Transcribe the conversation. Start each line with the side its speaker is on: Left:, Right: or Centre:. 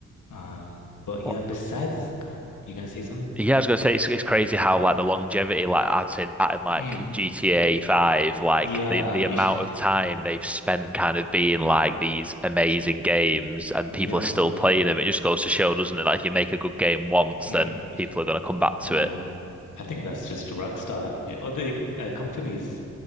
Left: Um, but yeah,
Centre: What?
Left: besides, go on. You gonna say something?
Centre: Yeah, I was gonna say it's it's crazy how like the longevity, like I'd say that in like
Left: Mm.
Centre: GTA 5, like
Left: Yeah,
Centre: the the amount
Left: <laughs> yeah,
Centre: of time they've spent kind of being like these amazing games and people
Left: yeah,
Centre: are still
Left: yeah.
Centre: playing them. It just goes to show, doesn't it? Like you make a good game once,
Left: Mm.
Centre: then people are gonna come back to
Left: Yeah.
Centre: it.
Left: I think that's just Rockstar. Eh, Other uh, companies